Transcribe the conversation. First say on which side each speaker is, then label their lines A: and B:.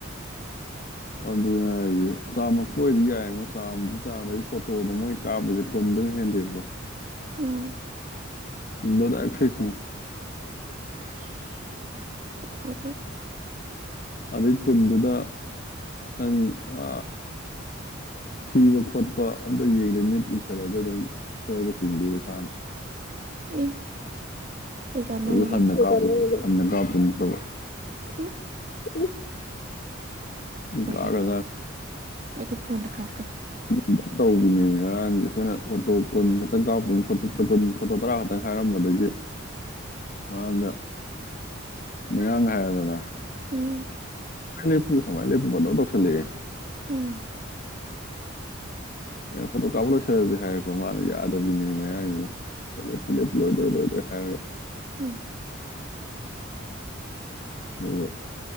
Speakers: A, on the left (about 45°); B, on the right (about 40°).
A: ꯑꯗꯨꯅꯦ ꯍꯥꯏꯁꯦ ꯆꯥꯝ ꯃꯛꯄ ꯑꯣꯏꯗꯤ ꯌꯥꯏꯕ ꯆꯥꯝꯖꯨ ꯆꯥꯝꯗꯦ ꯗꯩ ꯐꯣꯇꯣꯗꯣ ꯃꯣꯏ ꯀꯥꯞꯄꯤꯁꯦ ꯀꯨꯟꯗꯒ ꯍꯦꯟꯗꯦꯕꯀꫭ
B: ꯑꯥ
A: ꯗ ꯗꯥꯏꯛ ꯐꯤꯛꯁꯅꯤ
B: ꯑꯁ ꯂꫭꯔꯦꯍꯦ
A: ꯑꯗꯨꯏ ꯀꯨꯟꯗꯨꯗ ꯅꯪ ꯑ ꯊꯤꯕ ꯈꯣꯠꯄ ꯑꯝꯇ ꯌꯦꯡꯗꯦ ꯃꯤꯠ ꯎꯏꯁꯜꯂꯁꯨ ꯑꯗꯨꯝ ꯁꯣꯏꯕ ꯆꯤꯡꯗꫭꯏꯕ ꯏꯁꯥꯅ
B: ꯑꯦ ꯀꯩ ꯆꯥꯟꯅꯔꯤꯒꯦ
A: ꯑꯗꯨ ꯍꯟꯅ ꯀꯥ ꯍꯟꯅ ꯀꯥꯞꯇꯨꯏ ꯅꯠꯇꯕ
B: ꯎꯍ
A: ꯎ ꯏ ꯀꯥꯒ꯭ꯔ
B: ꯑꯩ ꯑꯩꯗꯤ ꯐꯣꯟꯗ
A: <inaudible>
B: ꯀꯥꯞꯀꯅꯤ
A: ꯇꯧꯕꯤꯅꯦꯃꯤ ꯉꯔꯥꯡꯁꯦ ꯑꯩꯈꯣꯏꯅ ꯐꯣꯇꯣ ꯀꯨꯟ ꯈꯛꯇꯪ ꯀꯥꯞꯇꯣꯏꯅꯤ ꯐꯣꯇꯣ ꯀꯨꯟ ꯐꯣꯇꯣ ꯇꯔꯥ ꯈꯛꯇꯪ ꯍꯥꯏꯔꯝꯕꯗꯒꯤ ꯉꯔꯥꯡꯗ ꯃꯌꯥꯥꯡ ꯍꯥꯏꯔꯗꯅ
B: ꯑꯥ
A: ꯂꯦꯄꯨ ꯁꯨꯃꯥꯏ ꯂꯦꯄꯨ ꯄꯪꯇꯧ ꯇꯧꯁꯜꯂꯛꯑꯦ
B: ꯑ
A: ꯑꯩꯅ ꯐꯣꯇꯣ ꯀꯥꯞꯄ ꯂꯣꯏꯁꯤꯜꯂꯁꯤ ꯍꯥꯏꯔꯦꯀꯣ ꯃꯥꯅ ꯌꯥꯗꯕꯤꯅꯦ ꯃꯌꯥꯏꯅꯤꯅ ꯂꯦꯄꯨ ꯂꯦꯄꯨ ꯂꯣꯏꯗꫭꯔꯦ ꯂꯣꯏꯗꫭꯔꯦ ꯍꯥꯏꯔꯒ
B: ꯎꯝ
A: ꯗꯨꯒ